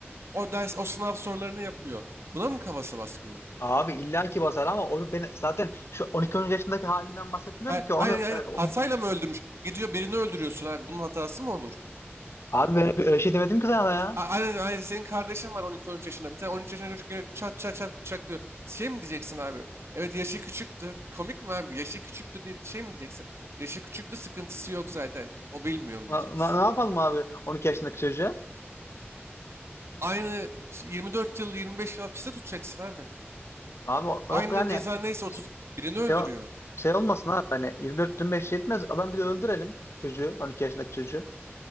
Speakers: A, on the right; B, on the left.
A: o ders o sınav sorularını yapıyor. Buna mı kafası basmıyor?
B: Abi illa ki basar ama onu ben zaten şu 12-13 yaşındaki halinden bahsetmiyorum
A: Ha,
B: ki onu
A: aynen
B: e,
A: aynen hatayla mı öldürmüş? Gidiyor birini öldürüyorsun abi. Bunun hatası mı olur?
B: abi ben öyle şey demedim ki sana ya.
A: Ha, aynen aynen senin kardeşin var on iki on üç yaşında. Bir tane 13 yaşında çocuk geliyor çat çat çat bıçaklıyor. Şey mi diyeceksin abi? Evet yaşı küçüktü. Komik mi abi? Yaşı küçüktü diye şey mi diyeceksin? Yaşı küçüktü sıkıntısı yok zaten. O bilmiyorum
B: Na-
A: diyeceksin.
B: na- ne yapalım abi 12 yaşındaki çocuğa?
A: Aynı 24 yıl 25 yıl hapiste tutacaksın abi.
B: Abi o-
A: Aynen
B: yok yani
A: ceza neyse 30
B: şey,
A: birini öldürüyor.
B: şey şey olmasın abi hani 24-25 yetmez. Adam bir de öldürelim çocuğu 12 yaşındaki çocuğu.